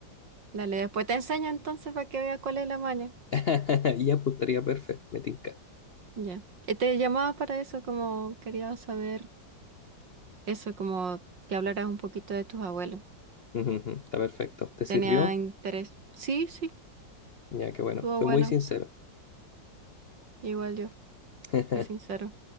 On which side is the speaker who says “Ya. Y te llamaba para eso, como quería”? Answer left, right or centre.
Right